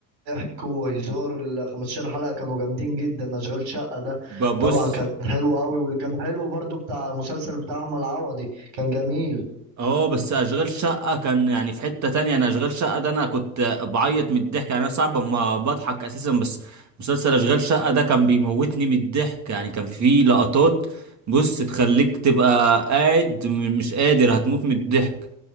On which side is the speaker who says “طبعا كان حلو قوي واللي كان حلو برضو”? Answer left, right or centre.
Right